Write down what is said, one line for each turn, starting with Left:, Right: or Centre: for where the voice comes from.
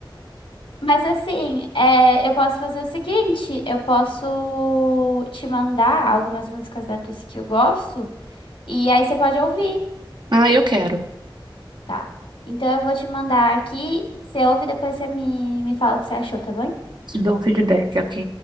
Left: <laughs> Mas assim, é, eu posso fazer o seguinte: eu posso te mandar algumas músicas da Dulce que eu gosto, e aí você pode ouvir,
Right: Ah, eu quero.
Left: tá? Então eu vou te mandar aqui, você ouve e depois você me, me fala o que você achou, tá bom?
Right: Te dou um feedback, ok.